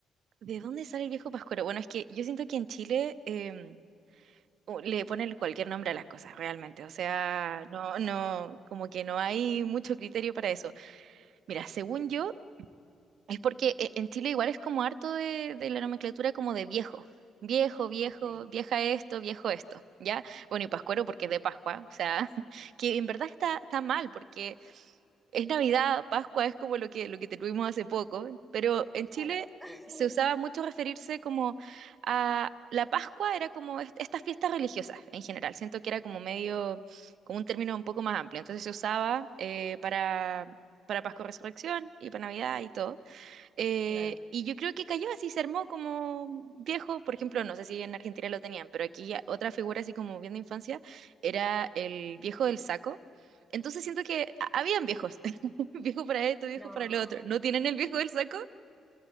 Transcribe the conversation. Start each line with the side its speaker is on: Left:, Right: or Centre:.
Right: ¿De dónde sale el viejo Pascuero? Bueno, es que yo siento que en Chile em, o- le ponen cualquier nombre a las cosas, realmente. O sea, no, no, como que no hay mucho criterio para eso. Mira, según yo, es porque e- en Chile igual es como harto de, de la nomenclatura como de viejo. Viejo, viejo,
Centre: Ok,
Right: vieja esto, viejo esto, ¿ya? Bueno, y Pascuero porque es de Pascua, o sea, <laughs> que en verdad está, está mal porque es Navidad, Pascua es como lo que, lo que tuvimos hace poco, pero en
Centre: Claro.
Right: Chile
Centre: <laughs>
Right: se usaba mucho referirse como a la Pascua, era como est- estas fiestas religiosas en general, siento que era como medio, como un término un poco más amplio, entonces se usaba eh, para, para Pascua Resurrección y para Navidad y todo. Eh,
Centre: claro.
Right: y yo creo que cayó así, se armó como viejo. Por ejemplo, no sé si en Argentina lo tenían, pero aquí ya otra figura así como bien de infancia era el viejo del saco. Entonces siento que ha- habían viejos, <laughs> viejo para esto, viejo
Centre: No,
Right: para lo otro. ¿No tienen el viejo del saco?